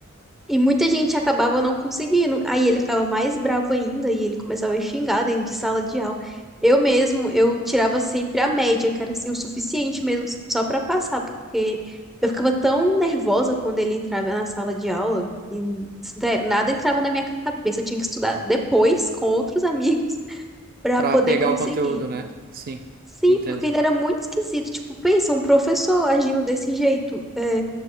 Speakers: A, in the centre; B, on the right.
A: E muita gente acabava não conseguindo. Aí ele ficava mais bravo ainda e ele começava a xingar dentro de sala de aula. Eu mesmo, eu tirava sempre a média, cara, assim, o suficiente mesmo só pra passar, porque eu ficava tão nervosa quando ele entrava na sala de aula e, sério, nada entrava na minha cabeça. Eu tinha que estudar depois com outros amigos <laughs> pra
B: Pra
A: poder
B: pegar
A: conseguir.
B: o conteúdo, né? Sim,
A: Sim,
B: entendo.
A: porque ele era muito esquisito. Tipo, pensa, um professor agindo desse jeito, é,